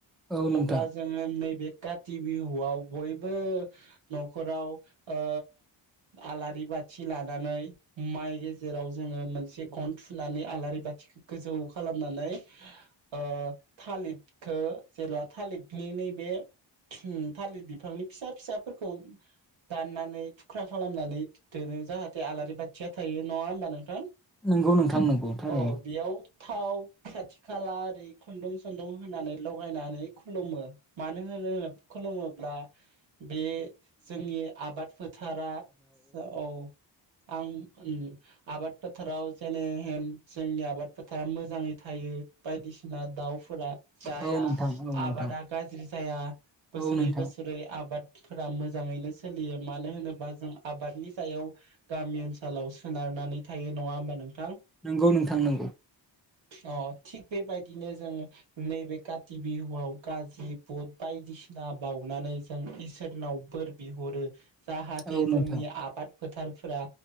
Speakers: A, in the centre; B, on the right (about 85°).
A: औ नोंथां
B: अब्ला जोङो नै बे काति बिहुआव बयबो न'खराव ओ आलारि बाथि लानानै माइ गेजेराव जोङो मोनसे गन थु नानै आलारि बाथिखौ गोजौ खालामनानै ओ थालिरखो जेब्ला थालिरनि नैबे उम थालिर बिफांनि फिसा फिसाफोरखौ दाननानै थुख्रा खालामनानै दोनो जाहाथे आलारि बाथिया थायो नङा होमबा नोंथां
A: नंगौ नोंथां नंगौ थारैनो
B: अ बेयाव थाव खाथि खाला ओरै खुन्दुं सुन्दुं होनानै लगायनानै खुलुमो मानो होनो खुलुमोब्ला बे जोंनि आबाद फोथारा औ आं उम आबाद फोथाराव जेने जोंनि आबाद फोथारा मोजाङै थायो बायदिसिना दाउ फोरा जाया
A: औ नोंथां औ नोंथां
B: आबादा गाज्रि जाया बोसोरै
A: औ नोंथां
B: बोसोरै आबाद फोरा मोजाङैनो सोलियो मानो होनोबा जों आबादनि सायाव गामि ओनसोलाव सोनारनानै थायो नङा होमबा नोंथां
A: नोंगौ नोंथां नोंगौ
B: अ थिग बेबायदिनो जों नैबे काति बिहुआव गाज्रि बुट बायदिसिना बाउनानै जों इसोरनाव बोर बिहरो जाहाथे
A: औ नोंथां
B: जोंनि आबाद फोथारफोरा